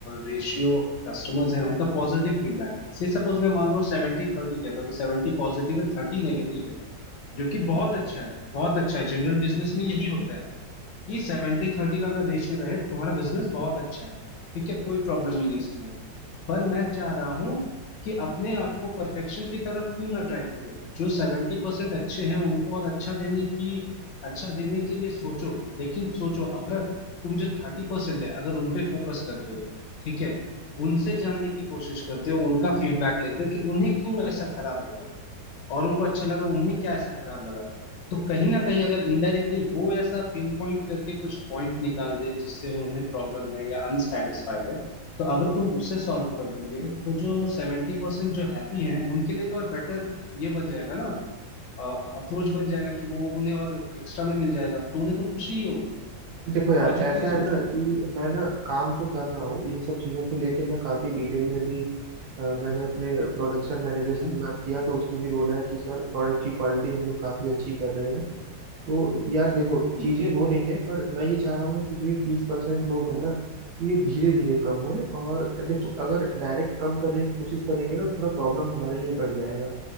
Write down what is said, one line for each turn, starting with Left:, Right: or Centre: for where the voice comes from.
Left: रेशियो कस्टमर्स है उनका पॉजिटिव फीडबैक से सपोज मैं मान लो सेवेंटी थर्टी कहता हूँ कि सेवेंटी पॉजिटिव है थर्टी नेगेटिव है जो कि बहुत अच्छा है बहुत अच्छा है जनरल बिजनेस में यही होता है कि सेवेंटी थर्टी का अगर रेशियो रहे तो तुम्हारा बिजनेस बहुत अच्छा है ठीक है कोई प्रॉब्लम नहीं है इसमें पर मैं चाह रहा हूं कि अपने आप को परफेक्शन की तरफ क्यों ना ड्राइव करो जो सेवेंटी परसेंट अच्छे हैं उनको और अच्छा देने की अच्छा देने के लिए सोचो लेकिन सोचो अगर तुम जो थर्टी परसेंट है अगर उनपे फोकस करते हो ठीक है उनसे जानने की कोशिश करते हो उनका फीडबैक लेते हो कि उन्हें क्यों ऐसा खराब लगा औरों को अच्छा लगा उन्हें क्या ऐसा खराब लगा तो कहीं ना कहीं अगर इनडायरेक्टली वो ऐसा पिन पॉइंट करके कुछ पॉइंट निकाल दे जिससे उन्हें प्रॉब्लम है या अनसेटिस्फाइड है तो अगर तुम उससे सॉल्व कर दोगे तो जो सेवेंटी परसेंट जो हैप्पी हैं उनके लिए तो और बेटर ये बन जाएगा ना अप्रोच बन जाएगा कि वो उन्हें और एक्स्ट्रा में मिल जाएगा तो उन्हें तो खुशी ही होगी
Right: देखो यार
Left: लॉजिकली
Right: ऐसा
Left: सोचो
Right: है ना कि मैं ना काम तो कर रहा हूँ इन सब चीज़ों को लेके मैं काफ़ी डिटेल में भी अ, मैंने अपने प्रोडक्शन मैनेजर
Left: हम्म
Right: से भी बात किया तो उसने भी बोला है कि सर प्रोडक्ट की क्वालिटी हम लोग काफ़ी अच्छी कर रहे हैं तो यार देखो
Left: हम्म
Right: चीज़ें हो रही हैं पर मैं ये चाह रहा हूँ ना कि जो ये बीस परसेंट लोग
Left: हम्म
Right: हैं ना ये धीरे धीरे कम होए और देखो अगर डायरेक्ट कम करने की कोशिश करेंगे ना तो थोड़ा प्रॉब्लम हमारे लिए बढ़ जाएगा